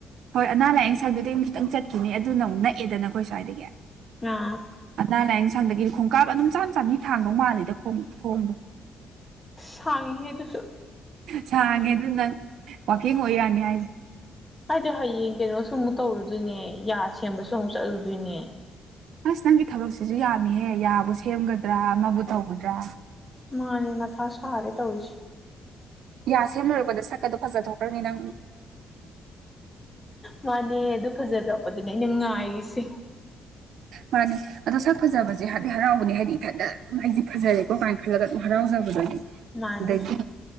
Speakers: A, on the right (about 75°); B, on the left (about 15°).
A: ꯍꯣꯏ ꯑꯅꯥ ꯂꯥꯏꯌꯦꯡ ꯁꯪꯗꯨꯗꯤ ꯑꯃꯨꯛ ꯈꯤꯛꯇꯪ ꯆꯠꯈꯤꯅꯤ ꯑꯗꯨꯅ ꯅꯛꯑꯦꯗꯅ ꯑꯃꯨꯛꯑꯦꯗꯅ ꯈꯣꯏ ꯁ꯭ꯋꯥꯏꯗꯒꯤ
B: ꯑꯥ
A: ꯑꯅꯥ ꯂꯥꯏꯌꯦꯡ ꯁꯪꯗꯒꯤꯗꯤ ꯈꯣꯡꯀꯥꯞ ꯑꯗꯨꯝ ꯆꯥꯝ ꯆꯥꯝꯕꯤ ꯊꯥꯡꯗꯧ ꯃꯥꯜꯂꯤꯗ ꯈꯣꯡ ꯈꯣꯡꯗꯣ
B: ꯁꯥꯡꯉꯤꯍꯦ ꯑꯗꯨꯁꯨ
A: ꯁꯥꯡꯉꯦ ꯑꯗꯨ ꯅꯪ ꯋꯥꯀꯤꯡ ꯑꯣꯏ ꯌꯥꯅꯤ ꯍꯥꯏꯁꯦ
B: ꯍꯥꯏꯗꯤ ꯍꯌꯦꯡ ꯀꯩꯅꯣꯁꯨ ꯑꯃꯨꯛ ꯇꯧꯔꯨꯗꯣꯏꯅꯦ ꯌꯥ ꯁꯦꯝꯕꯁꯨ ꯑꯃꯨꯛ ꯆꯠꯂꯨꯗꯣꯏꯅꯦ
A: ꯑꯁ ꯅꯪꯒꯤ ꯊꯕꯛꯁꯤꯁꯨ ꯌꯥꯝꯃꯤꯍꯦ ꯌꯥꯕꯨ ꯁꯦꯝꯒꯗ꯭ꯔꯥ ꯑꯃꯕꯨ ꯇꯧꯒꯗ꯭ꯔꯥ
B: ꯃꯥꯅꯦ ꯃꯊꯥ ꯁꯥꯔꯦ ꯇꯧꯔꯤꯁꯤ
A: ꯌꯥ ꯁꯦꯝ ꯂꯣꯏꯔꯛꯄꯗ ꯁꯛꯀꯗꯣ ꯐꯖꯊꯣꯛꯈ꯭ꯔꯅꯤ ꯅꯪ
B: ꯃꯥꯅꯦ ꯑꯗꯨ ꯐꯖꯗ꯭ꯔꯣꯔꯛꯄ ꯑꯗꯨꯅꯦ ꯑꯩꯅ ꯉꯥꯏꯔꯤꯁꯦ
A: ꯃꯥꯅꯦ ꯑꯗꯣ ꯁꯛ ꯐꯖꯕꯁꯦ ꯍꯥꯗꯤ ꯍꯔꯥꯎꯕꯅꯦ ꯍꯥꯏꯗꯤ ꯏꯊꯟꯇ ꯏꯃꯥ ꯑꯩꯗꯤ ꯐꯖꯔꯦꯀꯣ ꯀꯥꯏꯅ ꯈꯜꯂꯒ ꯑꯗꯨꯝ ꯍꯔꯥꯎꯖꯕꯗꯨꯗꯤ
B: ꯃꯥꯅꯤ
A: ꯑꯗꯒꯤ